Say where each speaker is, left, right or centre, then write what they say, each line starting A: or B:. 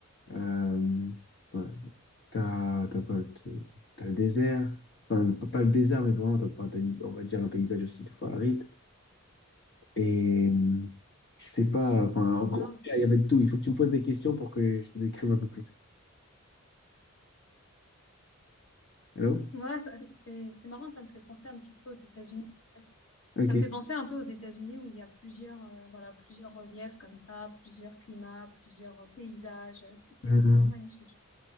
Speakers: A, on the left; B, on the left.
A: euh, ouais, t'as, t'as quoi, t'as- t'as le désert. Enfin, pas pas le désert, mais vraiment, t'as, enfin, t'as une- on va dire un paysage aussi des fois aride. Et euh, je sais pas, enfin, en gros,
B: Waouh.
A: il y avait de tout. Il faut que tu me poses des questions pour que je te décrive un peu plus. Allô?
B: Ouais, ça- c'est, c'est marrant, ça me fait penser un petit peu aux États-Unis, en fait.
A: Ok.
B: Ça me fait penser un peu aux États-Unis où il y a plusieurs, euh, voilà, plusieurs reliefs comme ça, plusieurs climats, plusieurs euh, paysages. C'est c'est
A: Mm-hmm.
B: vraiment magnifique.